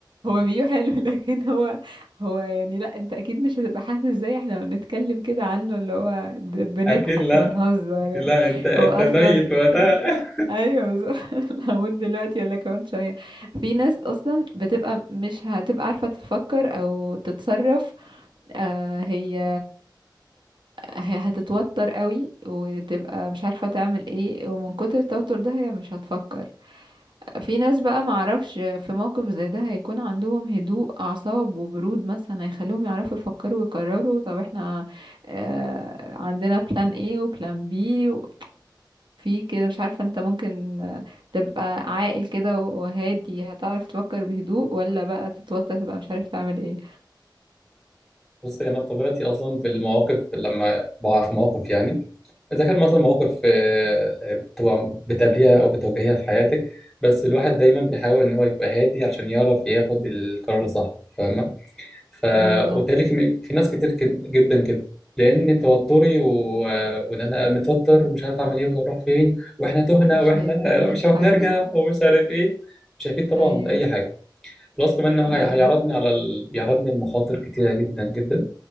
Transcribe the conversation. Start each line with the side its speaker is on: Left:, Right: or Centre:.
Right: هو فيو حلو <laughs> لكن هو هو يعني لا انت اكيد مش هتبقى حاسس زي احنا لما بنتكلم كده عنه اللي هو د-
Centre: <laughs>
Right: بنضحك
Centre: أكيد لا
Right: بنهزر يعني
Centre: لا انت انت
Right: هو اصلا
Centre: ميت وقتها
Right: في ن... ايوه بالظبط <laughs> هموت دلوقتي ولا كمان شويه في ناس اصلا بتبقى مش هتبقى عارفه تفكر او تتصرف آه هي هي هتتوتر قوي وتبقى مش عارفة تعمل ايه ومن كتر التوتر ده هي مش هتفكر في ناس بقى معرفش في موقف زي ده هيكون عندهم هدوء أعصاب وبرود مثلا هيخليهم يعرفوا يفكروا ويقرروا طب احنا آه عندنا بلان ايه وبلان بي في كده مش عارفة انت ممكن آه، تبقى عاقل كده وهادي هتعرف تفكر بهدوء ولا بقى تتوتر تبقى مش عارف تعمل ايه
Centre: <laughs> بص انا بطبيعتي اصلا في المواقف لما بقع في مواقف يعني اذا كان مثلا مواقف آه، آه، بتبقى بتقابليها او بتواجهيها في حياتك بس الواحد دايما بيحاول ان هو يبقى هادي عشان يعرف ياخد القرار الصح فاهمه ف
Right: بالظبط
Centre: وبالتالي في في ناس كتير كد- جدا كده لان توتري و... وان انا متوتر ومش عارف اعمل ايه ولا اروح فين واحنا تهنا
Right: مش
Centre: واحنا
Right: هيفيدني
Centre: مش
Right: بحاجة
Centre: عارف نرجع ومش عارف ايه مش هيفيد طبعا
Right: ايوه
Centre: باي حاجه بلس كمان انه
Right: ايوه
Centre: هي- هيعرضني على ال... بيعرضني لمخاطر كتيره جدا جدا